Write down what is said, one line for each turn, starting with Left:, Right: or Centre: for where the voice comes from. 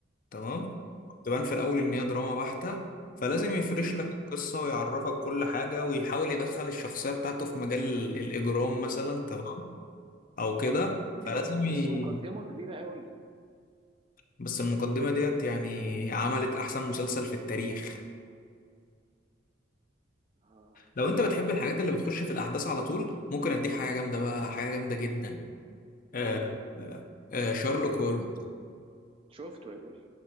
Left: تمام تبان في الاول ان هي دراما بحتة فلازم يفرش لك القصة ويعرفك كل حاجة ويحاول يدخل الشخصية بتاعته في مجال ال- الاجرام مثلا تمام او كده
Right: ب-
Left: فلازم
Right: بس
Left: ي...
Right: مقدمة كبيرة قوي
Left: بس المقدمة ديت يعني عملت احسن مسلسل في التاريخ
Right: اه
Left: لو انت بتحب
Right: والله
Left: الحاجات
Right: ما-
Left: اللي بتخش في الاحداث على طول ممكن اديك حاجة جامدة بقى حاجة جامدة جدا آه
Right: قول لي
Left: آه آه شارلوك هولمز
Right: شفته يا باشا